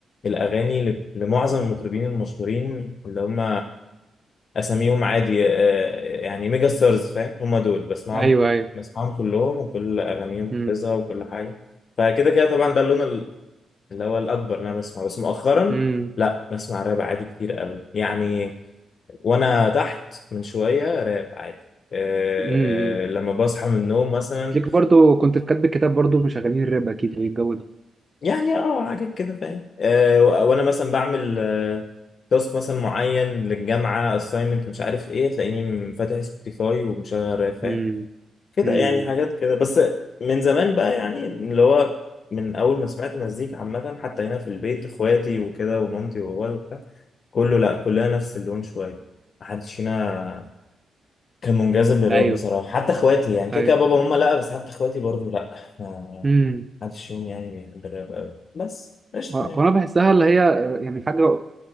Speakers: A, on the left; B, on the right.
A: الاغاني ل- لمعظم المطربين المشهورين اللي هم اساميهم عادي آه يعني ميجا ستارز فاهم هم دول بسمعهم
B: ايوه ايوه
A: بسمعهم كلهم وكل اغانيهم
B: امم
A: حافظها وكل حاجة فكده كده طبعا ده اللون اللي هو الأكبر إن أنا بسمعه بس مؤخرا
B: امم
A: لا بسمع راب عادي كتير قوي يعني وأنا تحت من شوية راب عادي أه
B: امم
A: آه، لما بصحى من النوم مثلا
B: ليك برضو كنت في كاتب الكتاب برضو مشغلين الراب اكيد يعني الجو ده
A: يعني اه حاجات كده فاهم أه و- وأنا مثلا بعمل آه، تاسك مثلا معين للجامعة assignment مش عارف ايه تلاقيني فاتح سبوتيفاي ومشغل راب فاهم
B: امم
A: كده
B: امم
A: يعني حاجات كده بس من زمان بقى يعني اللي هو من أول ما سمعت مزيكا عامة حتى هنا في البيت إخواتي وكده ومامتي وبابايا وبتاع كله لا كلنا نفس اللون شويه محدش فينا كان منجذب للراب
B: ايوه
A: بصراحه حتى اخواتي يعني كده
B: ايوه
A: كده بابا وماما لا بس حتى اخواتي برضو لا ما
B: امم
A: حدش فيهم يعني بيحب الراب قوي بس قشطه
B: هو
A: يعني
B: انا بحسها اللي هي آه، يعني حاجه